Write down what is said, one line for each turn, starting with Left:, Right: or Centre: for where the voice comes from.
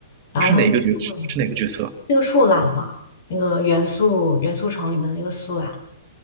Left: 然后他就问
Right: 是哪个角是哪个角色啊
Left: 那个树懒嘛，那个元素元素城里面的那个树懒。